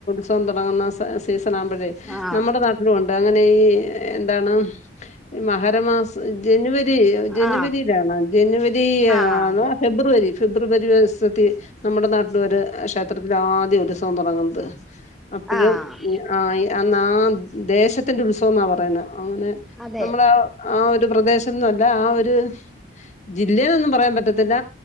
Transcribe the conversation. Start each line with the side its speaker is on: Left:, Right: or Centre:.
Left: ത്‌സവം തുടങ്ങുന്ന സ സീസൺ ആകുമ്പോഴേ
Centre: ആഹ്
Left: നമ്മുടെ നാട്ടിലും ഉണ്ട് അങ്ങനെ ഈ ഏഹ് എന്താണ് മകരമാസ് ജനുവരി ജനുവരിയിലാണോ
Centre: ആഹ്
Left: ജനുവരി
Centre: ആഹ്
Left: ആന്ന്
Centre: അതെ
Left: ഫെബ്രുവരി ഫെബ്രുവരി വസത്തി നമ്മുടെ നാട്ടില് ഒര് അ് ക്ഷേത്രത്തില് ആദ്യം ഒരുൽസവം. തുടങ്ങുന്നത് അപ്പഴും
Centre: ആഹ്
Left: <unintelligible> ന്നാ ദേശത്തിന്റെ ഉത്സവം ന്നാ പറയുന്നെ <unintelligible>
Centre: അതെ
Left: നമ്മളെ ആ ഒരു പ്രദേശന്നും അല്ല ആ ഒരു ജില്ലേ ന്നും പറയാൻ പറ്റത്തില്ല